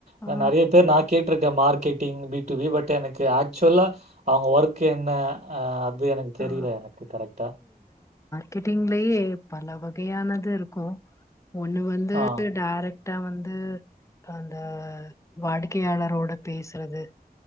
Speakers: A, on the left; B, on the right.
A: ஆ
B: நான் நிறைய பேர் நான் கேட்டிருக்கேன் மார்கெட்டிங் பிடூபி பட் எனக்கு ஆக்சுவலா அவங்க ஒர்க் என்ன அ அத் இது எனக்கு தெரியல
A: ஆ
B: எனக்கு கரெக்டா
A: கெட்டீங்களேயே பல வகையானது இருக்கும் ஒண்ணு வந்து
B: ஆ
A: டைரக்ட் ட வந்து அந்த வாடிக்கையாளரோட பேசுறது